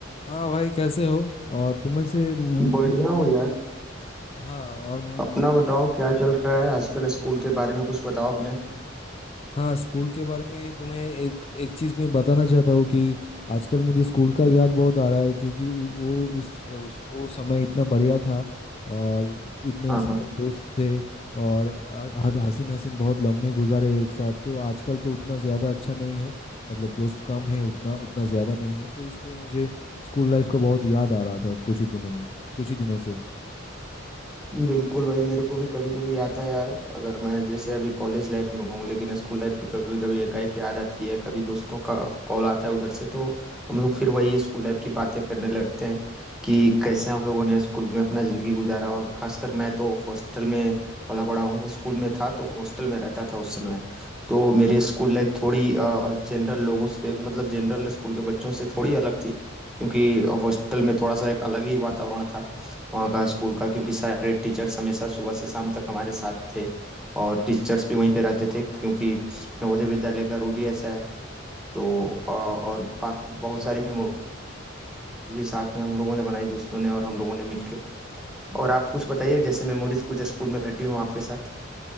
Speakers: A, on the left (about 30°); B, in the centre.
A: हाँ भाई कैसे हो और तुम्हें से मु-
B: बढ़िया
A: मु-
B: हो यार
A: हाँ और मु-
B: अपना बताओ क्या चल रहा है आजकल स्कूल के बारे में कुछ बताओ अपने
A: हाँ स्कूल के बारे में तुम्हें एक एक चीज़ मैं बताना चाहता हूँ कि आजकल मुझे स्कूल का याद बहुत आ रहा है क्योंकि वो वो उस, उस वो समय इतना बढ़िया था और इतने
B: हाँ
A: सारे
B: हाँ
A: दोस्त थे और अ, ह- हसीन हसीन बहुत लम्हे गुजारे एक साथ तो आजकल तो उतना ज़्यादा अच्छा नहीं है मतलब दोस्त कम है उतना उतना ज़्यादा नहीं है तो इसलिए मुझे स्कूल लाइफ का बहुत याद आ रहा था कुछ ही दिनों में कुछ ही दिनों से
B: बिल्कुल भाई मेरे को भी कभी कभी आता है यार अगर मैं जैसे अभी कॉलेज लाइफ में हूँ लेकिन स्कूल लाइफ की कभी कभी एकाएक याद आती है कभी दोस्तों का कॉल आता है उधर से तो हम लोग फिर वही स्कूल लाइफ की बातें करने लगते हैं कि कैसे हम लोगों ने स्कूल में अपना जिंदगी गुजारा और खासकर मैं तो हॉस्टल में पला बड़ा हूँ स्कूल में था तो हॉस्टल में रहता था उस समय तो मेरी स्कूल लाइफ थोड़ी जनरल लोगों से मतलब जनरल स्कूल के बच्चों से थोड़ी अलग थी क्योंकि हॉस्टल में थोड़ा सा एक अलग ही वातावरण था वहाँ का स्कूल का क्योंकि सारे टीचर्स हमेशा सुबह से शाम तक हमारे साथ थे और टीचर्स भी वहीं पे रहते थे क्योंकि नवोदय विद्यालय का रूल ही ऐसा है तो अ, और पा- बहुत सारी मेमोरीज भी साथ में हम लोगों ने बनाई दोस्तों ने और हम लोगों ने मिलके और आप कुछ बताइए जैसे मेमोरीज कुछ स्कूल में घटी हो आपके साथ